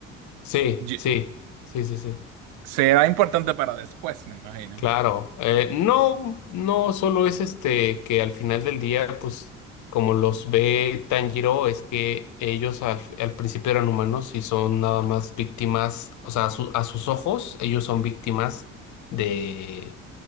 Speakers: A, on the left; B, on the right.
A: Sí,
B: Ye-
A: sí, sí, sí, sí,
B: será importante para después, me imagino.
A: claro. Eh, no, no solo es este que al final del día, pues como los ve Tanjiro, es que ellos al, al principio eran humanos y son nada más víctimas, o sea, a, su- a sus ojos, ellos son víctimas de,